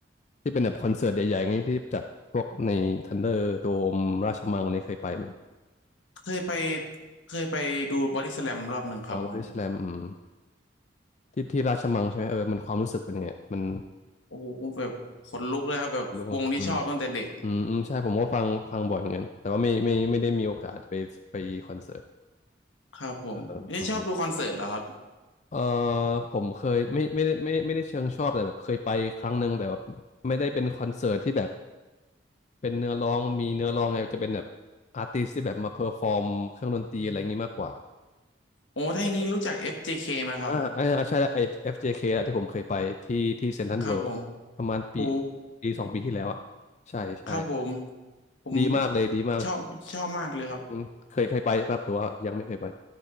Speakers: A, on the left (about 40°); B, on the left (about 80°).
A: ที่เป็นแบบคอนเสิร์ตใหญ่ๆงี้ที่จัดพวกในทันเดอร์โดมราชมังนี่เคยไปไหม
B: เคยไปเคยไปดูบอดี้สแลมรอบหนึ่งครับผม
A: อ่าบอดี้สแลมอืมที่ที่ราชมังใช่ไหมเออมันความรู้สึกเป็นยังไงมัน
B: โอ้โหแบบขนลุกเลยครับแบบวงที่ชอบตั้งแต่เด็ก
A: รู้ว่าอืมอืมอืมใช่ผมก็ฟังฟังบ่อยเหมือนกันแต่ว่าไม่ไม่ไม่ได้มีโอกาสไปไปคอนเสิร์ต
B: ครับผมนี่ชอบดูคอนเสิร์ตเหรอครับ
A: เอออืมฮึเออผมเคยไม่ไม่ได้ไม่ไม่ได้เชิงชอบแต่แบบเคยไปครั้งหนึ่งแต่แบบไม่ได้เป็นคอนเสิร์ตที่แบบ เป็นเนื้อร้องมีเนื้อร้องไงจะเป็นแบบอาร์ติสที่แบบมาเพอร์ฟอร์มเครื่องดนตรีอะไรอย่างงี้มากกว่า
B: โอ้ถ้าอย่างนี้รู้จัก
A: จะเป็น
B: FJK ไหมครับ
A: อ่าอ่าใช่แล้วไอ้ FJK อฟเจเคอะที่ผมเคยไปที่ที่เซ็นทรัลเวิลด์ประมาณปี
B: ครับผมโห
A: ปีสองปีที่แล้วอะใช่ใช่
B: ครับผมผม
A: ดีมากเลยดีมาก
B: ชอบชอบมากเลยครับ
A: อืมเคยเคยไปครับแต่ว่ายังไม่เคยไป